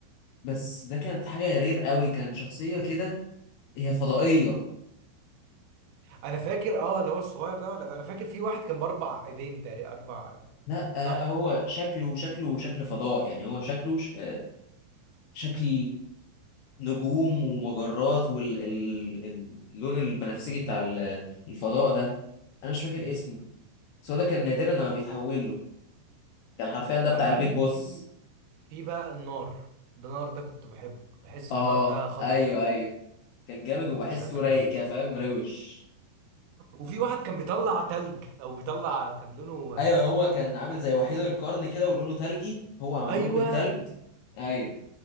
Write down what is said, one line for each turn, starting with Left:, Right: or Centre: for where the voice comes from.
Left: بس ده كانت حاجة رير قوي كان شخصية كده هي فضائية
Right: انا فاكر اه اللي هو الصغير ده ولا انا فاكر في واحد كان باربع ايدين تقريبا اربع
Left: لا
Right: صح
Left: آه، هو شكله شكله شكل فضاء يعني هو شكله ش- آه، شكل نجوم ومجرات واللون البنفسجي
Right: ايه ده
Left: بتاع ال- الفضاء ده انا مش فاكر
Right: مش
Left: اسمه بس هو ده كان نادرا لما بيتحول له كان حرفيا ده بتاع
Right: انا بقى
Left: البيج بوس
Right: في في بقى النار ده النار ده كنت بحبه كنت بحس
Left: اه
Right: النار ده خطر
Left: ايوه
Right: ده
Left: ايوه كان جامد وبحسه
Right: ده كان
Left: رايق كده فاهم روش
Right: وفي واحد كان بيطلع تلج او بيطلع كان لونه
Left: ايوه
Right: آه،
Left: هو كان عامل زي وحيد القرن كده ولونه تلجي هو معمول
Right: ايوه
Left: من تلج ايوه